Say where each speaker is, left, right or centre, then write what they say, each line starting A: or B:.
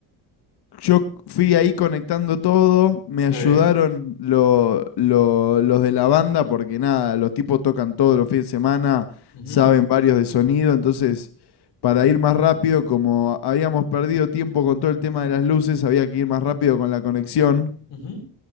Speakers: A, on the left; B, on the left.
A: yo fui ahí conectando todo, me
B: Ok.
A: ayudaron lo- lo- los de la banda, porque nada, los tipos tocan todos los fines de semana,
B: ujú,
A: saben varios de sonido, entonces para ir más rápido, como habíamos perdido tiempo con todo el tema de las luces, había que ir más rápido con la conexión,
B: ujú,